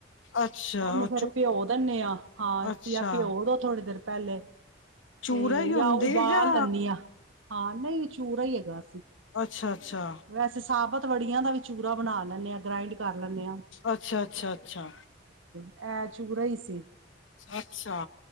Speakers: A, on the left; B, on the right.
A: ਅੱਛਾ
B: ਉਹਨੂੰ
A: ਉਹ
B: ਫੇਰ
A: ਚੂ
B: ਭਿਓ ਦਿੰਨੇ ਆਂ, ਹਾਂ
A: ਅੱਛਾ
B: ਵੀ ਜਾਂ ਭਿਓ ਦੋ ਥੋੜੀ ਦੇਰ ਪਹਿਲੇ
A: ਚੂਰਾ
B: ਤੇ
A: ਹੀ ਹੁੰਦੀ
B: ਜਾਂ ਉਬਾਲ
A: ਜਾਂ
B: ਲੈਂਦੀ ਆ, ਹਾਂ। ਦਹੀਂ 'ਚ ਚੂੂਰਾ ਹੀ ਹੈਗਾ।
A: ਅੱਛਾ -ਅੱਛਾ
B: ਵੈਸੇ ਸਾਬਤ ਵੜੀਆਂ ਦਾ ਵੀ ਚੂਰਾ ਬਣਾ ਲੈਂਨੇ ਆ, ਗ੍ਰਾਇੰਡ ਕਰ ਲੈਂਨੇ ਆ।
A: ਅੱਛਾ- ਅੱਛਾ -ਅੱਛਾ -ਅੱਛਾ
B: ਅਹ ਚੂਰਾ ਹੀ ਸੀ।
A: ਅੱਛਾ